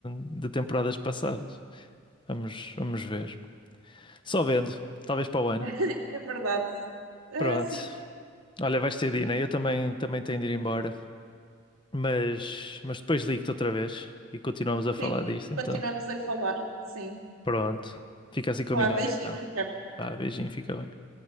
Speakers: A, on the left; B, on the right.
A: de temporadas passadas. Vamos, vamos ver. Só vendo, talvez para o ano.
B: <laughs> É verdade. Ah,
A: Pronto.
B: sim,
A: Olha, vais ter de ir, né? Eu também, também tenho de ir embora. Mas, mas depois ligo-te outra vez e continuamos a falar
B: sim.
A: disto, então.
B: Continuamos a falar, sim.
A: Pronto. Fica assim combinado,
B: Boa, beijinho,
A: então.
B: Ricardo.
A: Vá, beijinho, fica bem.